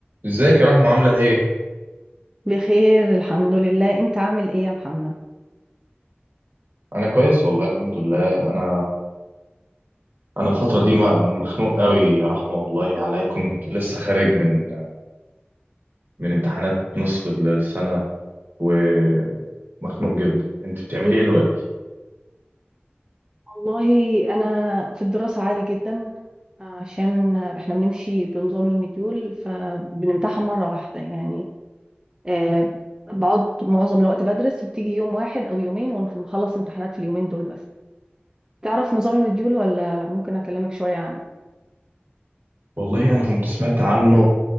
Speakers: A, on the right; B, on the right.
A: ازيك يا رحمة عاملة ايه؟
B: بخير الحمد لله انت عامل ايه يا محمد
A: انا كويس والله الحمد لله انا انا الفترة دي م- مخنوق قوي يا رحمة والله عليا كنت لسه خارج من من امتحانات نصف السنة ومخنوق جدا انت بتعملي
B: لا،
A: ايه دلوقتي؟
B: والله انا في الدراسة عادي جدا عشان احنا بنمشي بنظام المديول فبنمتحن مرة واحدة يعني آه، بقعد معظم الوقت بدرس وبتيجي يوم واحد او يومين ونخلص امتحانات في اليومين دول بس تعرف نظام المديول ولا ممكن اكلمك شوية عنه
A: والله انا كنت سمعت عنه